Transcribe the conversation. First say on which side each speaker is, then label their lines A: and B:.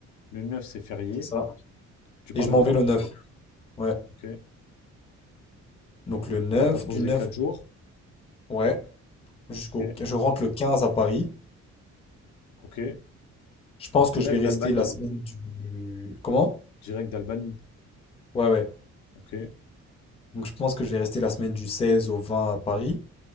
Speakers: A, on the left; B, on the left.
A: Le 9 c'est férié.
B: c'est ça.
A: Tu pars
B: Et je
A: le
B: m'en
A: neuf
B: vais le 9. Ouais.
A: Ok.
B: Donc le 9,
A: Là, t'as posé
B: du 9
A: quatre jours.
B: Ouais, jusqu'au,
A: Ok.
B: je rentre le 15 à Paris.
A: Ok.
B: Je pense que
A: Direct
B: je vais rester
A: d'Albanie.
B: la semaine du... Comment?
A: Direct d'Albanie.
B: Ouais, ouais.
A: Ok,
B: Donc je pense que je vais rester la semaine du 16 au 20 à Paris.